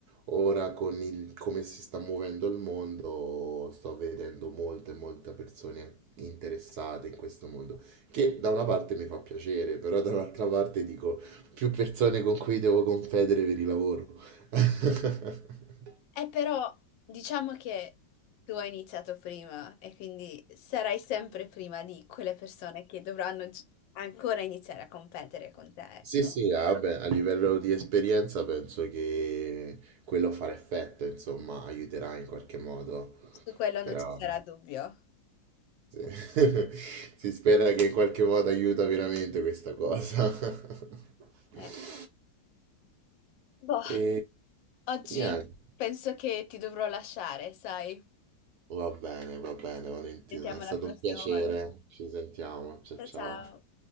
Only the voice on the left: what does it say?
Eh, però diciamo che tu hai iniziato prima e quindi sarai sempre prima di quelle persone che dovranno gi- ancora iniziare a competere con te, ecco.
Su quello
non ci sarà dubbio.
Eh, boh,
oggi
penso che ti dovrò lasciare, sai?
Sentiamo
la prossima
volta.
Ciao
ciao.